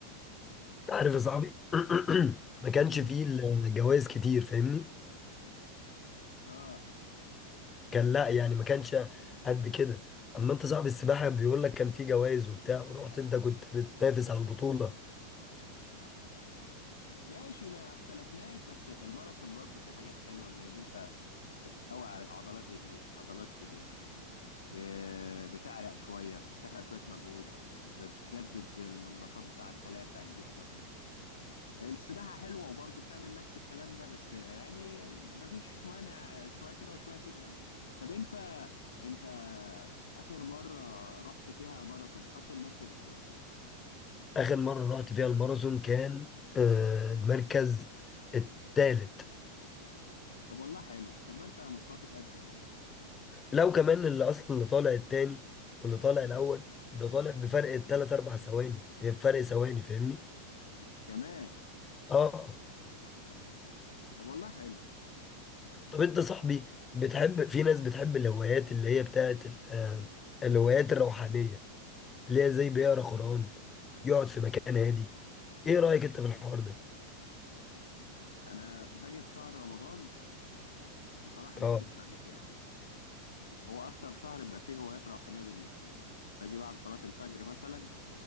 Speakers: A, on the left (about 20°); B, on the left (about 70°).
A: انت عارف يا صاحبي <clears throat> ما كانش
B: امم
A: فيه الجوائز كتير فاهمني
B: اه
A: كان لا يعني ما كانش قد كده اما انت صاحب السباحة بيقول لك كان فيه جوائز وبتاع ورحت انت كنت بتنافس على البطولة
B: ماشي ما اختلفناش بس الماراثون برضو فيه حاجات حلوه زي ان انت بتقوي عضلات رجليك عضلات ايديك ب... بتعرق شويه بتحرق شويه مجهود بتجدد النشاط بتاع الخلايا بتاع جسمك السباحه حلوه وبرضو بتعمل نفس الكلام ده بس يعني مفيش مانع شويه كده وشويه كده يعني طب انت انت اخر مره رحت فيها ماراثون خدت المركز الكام
A: اخر مرة رحت فيها الماراثون كان آه، المركز التالت
B: طب والله حلو طب ما انت مستواك اتقدم اهو
A: لو كمان اللي اصلا اللي طالع التاني واللي طالع الاول ده طالع بفرق التلات اربع ثواني هي فرق ثواني فاهمني
B: كمان
A: اه
B: طب والله حلو
A: طب انت صاحبي بتحب في ناس بتحب الهوايات اللي هي بتاعت ال- آه، الهوايات الروحانية اللي هي زي بيقرا قرآن يقعد في مكان هادي ايه رأيك انت في الحوار ده
B: انا باجي في شهر رمضان بصراحه ما
A: اه
B: اكدبش عليك يعني هو اكتر شهر بيبقى فيه هوايات روحانيه بالنسبه لي باجي بعد صلاه الفجر مثلا